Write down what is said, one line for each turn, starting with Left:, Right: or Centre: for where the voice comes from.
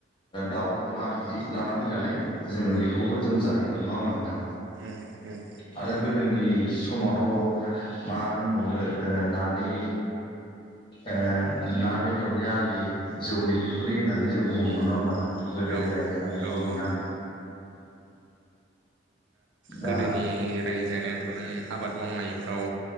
Left: दाउ अमा बिदि लाना फैनानै जोङो बेखौबो जों जायोमोन नङा होमबा नोंथां
Right: उम उम
Left: आरो गोदोनि समावथ' मा होनबावनो ओ नानि ओ ना बेदरनि आलि जौनि फुख्रि होननानै जों बुङोमोन
Right: उम
Left: नङा हा गोदोनि
Right: औ
Left: रायजो जानायखौ
Right: औ
Left: नोंथां दा
Right: गोदोनि रायजो जानायाथ'नो आबाद मावनायफ्राव